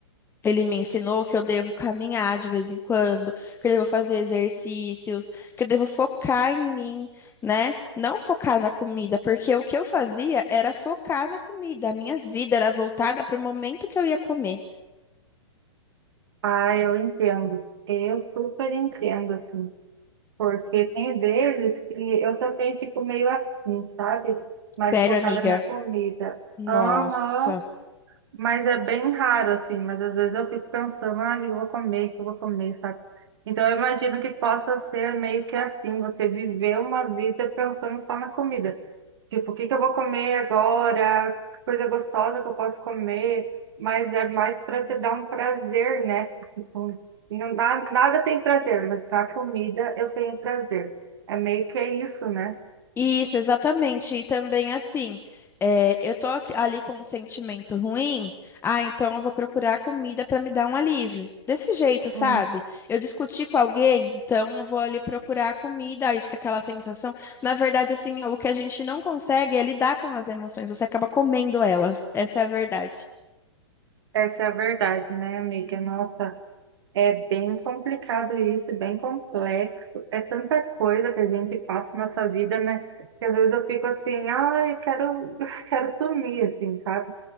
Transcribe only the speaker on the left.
ele me ensinou que eu devo caminhar de vez em quando, que eu devo fazer exercícios, que eu devo focar em mim, né? Não focar na comida, porque o que eu fazia era focar na comida. A minha vida era voltada para o momento que eu ia comer.
Sério,
amiga?
Nossa.
Isso, exatamente. E também assim, é, eu tô aqui- ali com um sentimento ruim, ah, então eu vou procurar comida para me dar um alívio. Desse jeito, sabe?
Eu discuti com alguém, então eu vou ali procurar a comida, aí fica aquela sensação. Na verdade, assim, o que a gente não consegue é lidar com as emoções, você acaba comendo elas. Essa é a verdade.